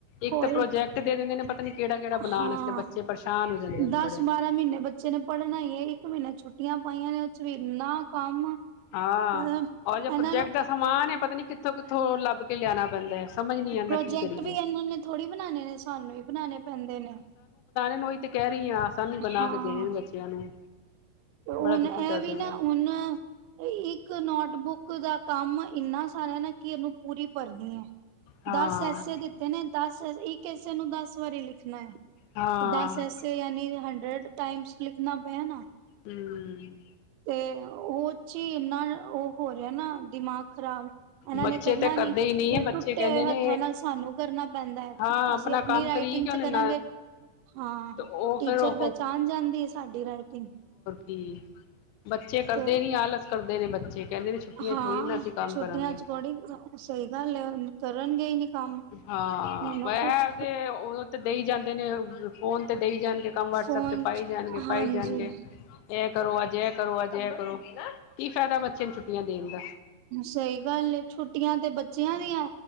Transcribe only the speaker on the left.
ਇੱਕ
ਤਾਂ ਪ੍ਰੋਜੈਕਟ ਦੇ ਦਿੰਦੇ ਨੇ ਪਤਾ ਨੀ ਕਿਹੜਾ ਕਿਹੜਾ ਬਣਾਣ
ਵਾਸਤੇ ਬੱਚੇ ਪਰੇਸ਼ਾਨ ਹੋ ਜਾਂਦੇ ਨੇ
ਬੜੇ।
ਹਾਂ
ਉਹਾ ਜਿਹਾ ਪ੍ਰੋਜੈਕਟ
ਦਾ ਸਮਾਨ ਹੈ ਪਤਾ ਨੀ। ਕਿੱਥੋਂ ਕਿੱਥੋਂ ਲੱਭ ਕੇ ਲਿਆਣਾ ਪੈਂਦਾ ਹੈ। ਸਮਝ ਨਹੀਂ ਆਉਂਦਾ
ਕੀ ਕਰੀਏ
ਮੈਂ ਉਹੀ ਤੇ ਕਹੈ। ਰਹੀ ਆ ਸਾਨੂੰ ਬਣਾ
ਕੇ ਦੇਣ ਬੱਚਿਆਂ ਨੂੰ।
ਬੜਾ ਦੁਖੀ
ਕਰਦੇ
ਨੇ
ਹਾਂ
ਹਾਂ
ਹਮ
ਬੱਚੇ
ਤੇ ਕਰਦੇ
ਹੀ ਨਹੀਂ
ਹੈ ਬੱਚੇ
ਕਹਿੰਦੇ
ਨੇ
ਹਾਂ ਆਪਣਾ
ਕੰਮ
ਕਰੀ ਕਿ ਉਹਨੇ
ਨਾ
ਤੇ ਉਹ
ਫਿਰ ਉਹ
ਦੀ ਬੱਚੇ ਕਰਦੇ
ਨੀ ਆਲਸ ਕਰਦੇ। ਕਰਦੇ ਨੇ ਬੱਚੇ। ਕਹਿੰਦੇ ਨੇ ਛੁੱਟੀਆਂ
ਥੋੜ੍ਹੀ ਨਾ ਅਸੀਂ ਕੰਮ
ਕਰਾਂਗੇ
ਹਾਂ
ਮੈਂ
ਆਵਦੇ ਉਦੋਂ ਤੇ ਦਈ ਜਾਂਦੇ ਨੇ। ਤੇ ਫੋਨ ਤੇ ਦੇਈ ਜਾਣਗੇ ਕੰਮ ਵਟਸਐਪ
ਤੇ ਪਾਈ
ਜਾਣਗੇ
ਪਾਈ ਜਾਣਗੇ ਤੇ। ਕਰੋ ਅੱਜ ਐ ਕਰੋ ਅੱਜ ਐ ਕਰੋ ਕੀ ਫ਼ਾਇਦਾ ਬੱਚੇ ਨੂੰ ਛੁੱਟੀਆਂ ਦੇਣ ਦਾ।